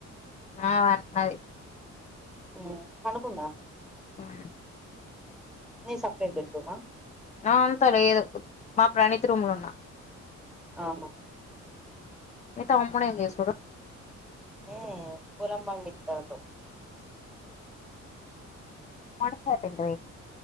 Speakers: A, on the left (about 25°); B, in the centre.
A: ఆ వన్నది
B: ఉమ్ పండుకుందా.
A: ఉమ్.
B: నీ సప్రేట్ బెడ్ రూమా
A: ఆ అంత లేదు మా ప్రణిత్ రూమ్ లో ఉన్నా
B: అవును
A: మీ తమ్ముడు ఏం జేస్తుండు
B: ఏ పొలం బండితుండు
A: మాడికాయ్ తింటిరీ